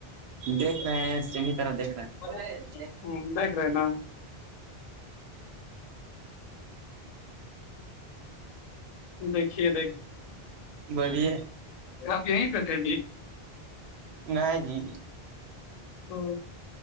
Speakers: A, on the right; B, on the left.
A: دیکھ رہے ہیں صحیح طرح دیکھ رہے
B: ہ
A: ہیں
B: دیکھ رہے نا دیکھیے دیکھیے
A: ہیں بولیے
B: آپ یہیں پہ تھے
A: نہیں جی
B: ہ